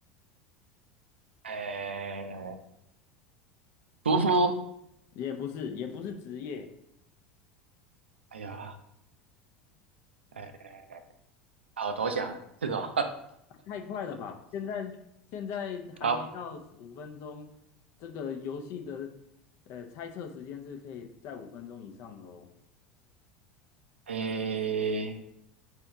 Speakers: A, on the right; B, on the left.
A: 诶，屠夫，
B: 也不是，也不是职业。
A: 哎呀，诶，好投降啊，这种，
B: 太快了吧！现在现在还没到五分钟，
A: <laughs> 好，
B: 这个游戏的呃猜测时间是可以在五分钟以上的哦。
A: 诶，